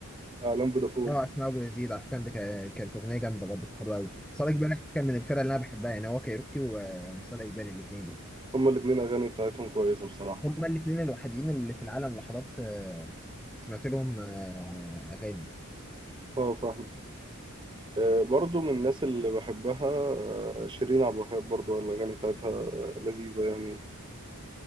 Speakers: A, on the right; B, in the centre.
A: آه، اعلان فودافون
B: اه اسماء ابو يزيد على فكره دي كا- كانت اغنيه جامده برضه كانت حلوه قوي صالح جبالي على فكرة كان من الفرق اللي انا بحبها يعني هو كايروكي ومصطفى جبالي الاثنين
A: هما الاتنين أغاني بتاعتهم كويسة بصراحة
B: هما الاثنين الوحيدين اللي في العالم اللي حضرت آه سمعت لهم آه اغاني
A: اه فاهم آه، برضو من الناس اللي بحبها آه، شيرين عبد الوهاب برضو الأغاني بتاعتها لذيذة يعني